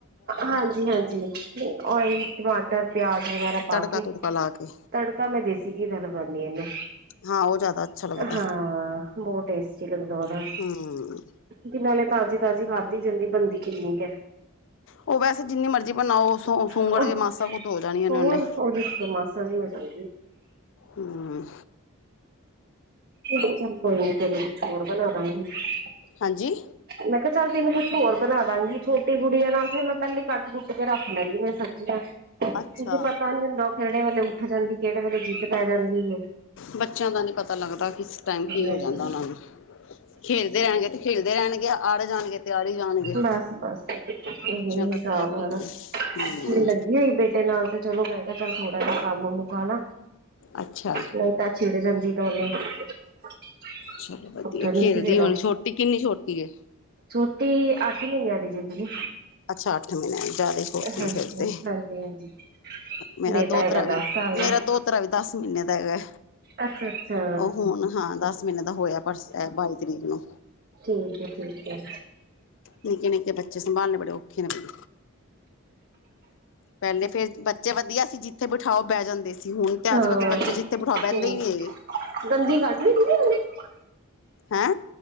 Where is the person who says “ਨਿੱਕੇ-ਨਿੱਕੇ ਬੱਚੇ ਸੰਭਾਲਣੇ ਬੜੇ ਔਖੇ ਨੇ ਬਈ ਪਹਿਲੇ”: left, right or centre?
Left